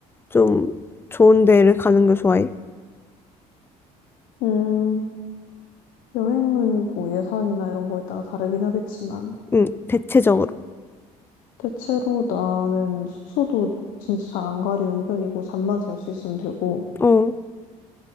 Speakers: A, on the left; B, on the left.
A: 좀 좋은 데를 가는 걸 좋아해.
B: 음, 여행은 뭐 예산이나 이런 거에 따라 다르긴 하겠지만,
A: 응, 대체적으로.
B: 대체로 나는 숙소도 진짜 잘 안 가리는 편이고, 잠만 잘 수 있으면 되고,
A: 어,